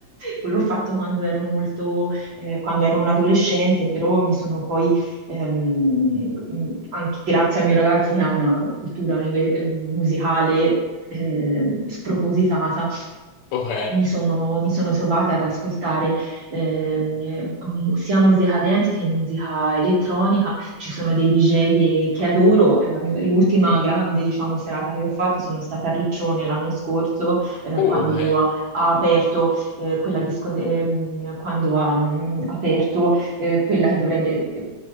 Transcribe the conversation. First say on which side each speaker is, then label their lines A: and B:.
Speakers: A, on the right (about 45°); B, on the left (about 75°).
A: L'ho fatto quando ero molto, eh, quando ero un adolescente, però mi sono poi ehm, mm, anche grazie al mio ragazzo che ha una cultura unive- eh, musicale ehm, spropositata,
B: Ok.
A: mi sono, mi sono trovata ad ascoltare ehm, eh, mu- sia musica dance che musica elettronica. Ci sono dei DJ che, che adoro. Eh, la- mia- L'ultima grande, diciamo, serata che ho fatto sono stata a Riccione l'anno scorso, eh,
B: Uh,
A: quando
B: ok.
A: ha aperto eh, quella discoteca, quando ha mm, aperto eh, quella che dovrebbe, eh,